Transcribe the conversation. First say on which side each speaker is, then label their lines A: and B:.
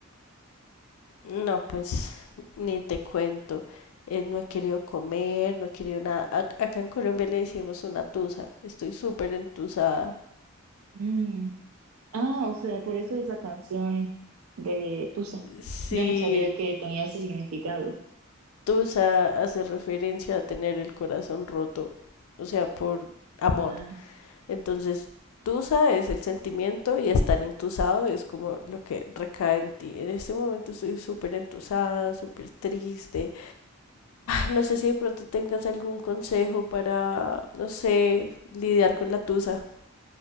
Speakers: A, on the left; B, on the right.
A: No, pues ni te cuento. Eh, no he querido comer, no he querido nada. Ac- acá en Colombia le decimos una tusa. Estoy súper entusada.
B: Mm. Ah, o sea, por eso es la canción de Tusa.
A: Sí,
B: Yo no sabía que tenía ese significado.
A: tusa hace referencia a tener el corazón roto, o sea, por amor.
B: Ah,
A: Entonces, tusa es el sentimiento y estar entusado es como lo que recae en ti. En este momento estoy súper entusada, súper triste. No sé si de pronto tengas algún consejo para, no sé, lidiar con la tusa.